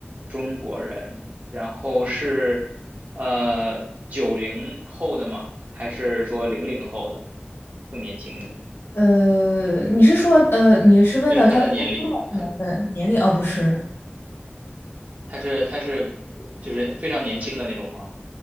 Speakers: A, on the right (about 45°); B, on the left (about 70°).
A: 中国人，然后是呃九零后的吗？还是说零零后的，更年轻的？
B: 呃，你是说，呃，你是问的他出生的年份、
A: 就是他的年龄，他
B: 年龄？哦，不是，
A: 他是他是呃就是非常年轻的那种吗？